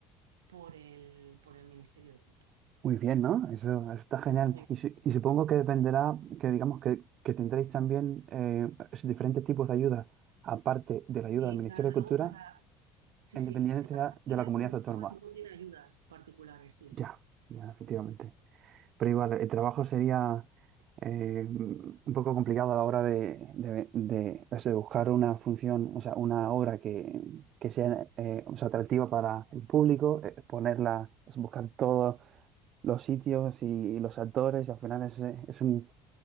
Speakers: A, on the right (about 75°); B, on the right (about 45°).
A: por el, por el Ministerio de Cultura.
B: Muy bien, ¿no? Eso, eso está genial.
A: Muy bien.
B: Y, su- y supongo que dependerá, que digamos que, que tendréis también eh, esos diferentes tipos de ayuda, aparte de la ayuda
A: Y
B: del Ministerio
A: claro,
B: de
A: luego
B: Cultura,
A: cada, sí,
B: en
A: sí,
B: dependencia
A: cada comunidad
B: de la comunidad
A: autónoma
B: autónoma.
A: luego tiene ayudas particulares, sí.
B: Ya, ya, efectivamente. Pero igual, el trabajo sería eh, un poco complicado a la hora de, de- de, o sea, de buscar una función, o sea, una obra que, que sea, eh, o sea, atractiva para el público, eh, ponerla, o sea, buscar todo los sitios y, los actores, al final es, eh, es un,